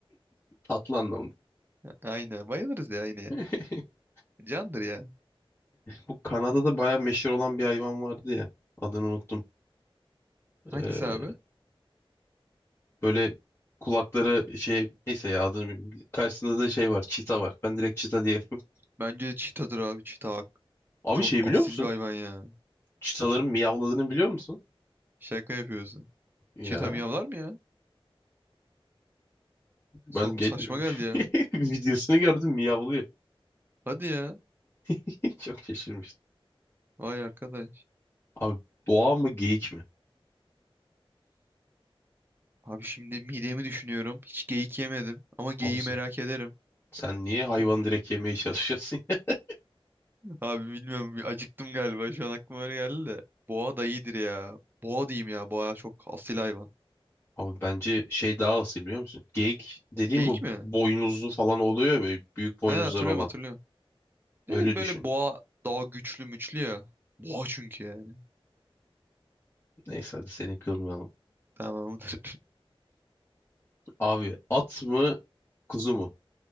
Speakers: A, on the left; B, on the right.
A: Tatlı anlamında.
B: Aynen bayılırız ya ineğe.
A: <laughs>
B: Candır ya.
A: Bu Kanada'da bayağı meşhur olan bir hayvan vardı ya. Adını unuttum.
B: Hangisi
A: Ee,
B: abi?
A: böyle kulakları şey neyse ya adını bilmiyorum. Karşısında da şey var. Çita var. Ben direkt çita diyelim. <laughs>
B: Bence çitadır abi çita. hak-
A: Abi
B: Çok
A: şey biliyor
B: asil
A: musun?
B: bir hayvan ya.
A: Çitaların miyavladığını biliyor musun?
B: Şaka yapıyorsun.
A: Ya
B: Çita miyavlar mı ya?
A: Ben
B: Sok
A: ge-
B: saçma geldi ya.
A: <laughs> videosunu gördüm miyavlıyor.
B: Hadi ya.
A: <laughs> Çok şaşırmıştım.
B: Vay arkadaş.
A: Abi boğa mı geyik mi?
B: Abi şimdi midemi düşünüyorum. Hiç geyik yemedim. Ama geyiği
A: Abisin.
B: merak ederim.
A: Sen niye
B: <laughs>
A: hayvan
B: Ama-
A: direkt yemeye çalışıyorsun ya?
B: Abi bilmiyorum bir acıktım galiba. Şu an aklıma öyle geldi de. Boğa da iyidir ya. Boğa diyeyim ya. Boğa çok asil hayvan.
A: <laughs> Abi bence şey daha asil biliyor musun? Geyik dediğim
B: Geyik
A: bu
B: mi?
A: boynuzlu falan oluyor ya böyle büyük boynuzları
B: He hatırlıyorum
A: olan.
B: hatırlıyorum.
A: Öyle
B: Dedim
A: düşün.
B: böyle boğa daha güçlü müçlü ya. Boğa çünkü yani.
A: Neyse hadi seni kırmayalım.
B: Tamamdır. <laughs>
A: Abi at mı kuzu mu?